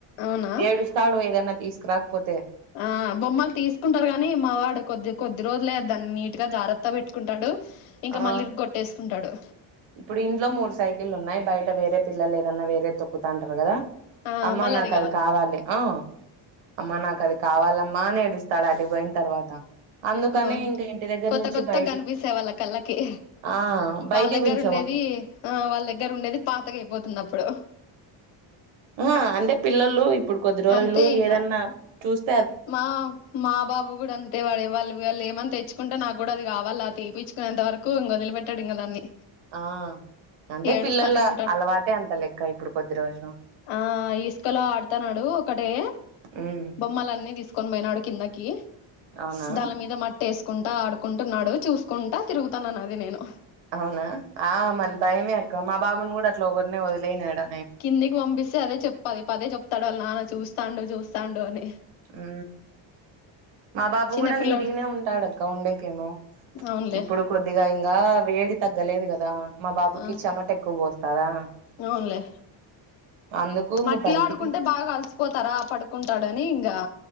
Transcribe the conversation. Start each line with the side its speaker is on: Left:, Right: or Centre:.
Left: అవునా
Right: ఏడుస్తాడు ఏదన్నా తీసుకురాకపోతే
Left: ఆ బొమ్మలు తీసుకుంటారు గాని మావాడు కొద్ది కొద్ది రోజులే దాన్ని నీట్గా జాగ్రత్త పెట్టుకుంటాడు ఇంకా
Right: ఆ
Left: మళ్ళీ ఇరగ్గోట్టేసుకుంటాడు
Right: ఇప్పుడు ఇంట్లో మూడు సైకిల్ ఉన్నాయి బయట వేరే పిల్లలు ఏదన్నా వేరే దొక్కుతా ఉంటారు కదా
Left: ఆ
Right: అమ్మా
Left: మళ్ళీ
Right: నాకు
Left: కావాల
Right: అది కావాలి ఆ అమ్మా నాకు అది కావాలమ్మా మా న ఏడుస్తాడు అటు పోయిన తర్వాత అందుకనే
Left: అవును
Right: ఇంకా ఇంటి దగ్గర
Left: కొత్త
Right: నుంచి
Left: కొత్తగా
Right: బయటికి
Left: కనిపిస్తాయి వాళ్ళ కళ్ళకి
Right: ఆ బయటికి
Left: వాళ్ళ దగ్గర
Right: పిచ
Left: ఉండేది ఆ వాళ్ళ దగ్గర ఉండేది పాతగా అయిపోతుంది అప్పుడు
Right: ఆ అంటే పిల్లలు ఇప్పుడు కొద్ది రోజులు
Left: అంతే ఇంగ
Right: ఏదన్నా చూస్త
Left: మా మా బాబు కూడా అంతే వాడే వాళ్ళు వాళ్ళు ఏమని తెచ్చుకో చకుంటే నాకు కూడా అది కావాలా ఆ తీపిించుకునేంత వరకు ఇం వదిలిెట్టాడు ఇంకా దాన్ని
Right: ఆ అంటే
Left: ఏడుస్తానే
Right: పిల్లల
Left: ఉంటాడు
Right: అలవాటే అంత లెక్క ఇప్పుడు కొద్ది రోజులు
Left: ఆ ఇసుకలో ఆడుతన్నాడు ఒకటే
Right: ఉమ్
Left: బొమ్మలన్నిీ తీసుకు కొని పోయినాడు కిందకి
Right: అవునా
Left: దళ మీద మట్ ట్టేసుకుంటా ఆడుకుంటున్నాడు చూసుకుంటా తిరుగుతానున్న అది నేను
Right: అవునా ఆ మళ్ళీ భయమే అక్క మా బాబుని కూడా అట్లా ఒకరినే వదిలేనాడా
Left: కిందికి పంపిస్తే అదే చెప్పది పదే చెప్తాడు వాళ్ళ నాన్న చూస్తాండు చూస్తాండు అని
Right: ఉ మా బాబు
Left: చిన్నపిల్లోడు
Right: కూడా నీటిగానే ఉంటాడక్క ఉండేకేమో
Left: అవునులే
Right: ఇప్పుడు కొద్దిగా ఇంకా వేడి తగ్గలేదు కదా మా బాబుకి
Left: ఆ
Right: చెమట ఎక్కువ పోస్తారా
Left: అవునులే
Right: అందుకు ఇంగ
Left: మట్టిలా
Right: బయటికి
Left: ఆడుకుంటే బాగా కలిసిపోతారా పడుకుంటాడని ఇంకా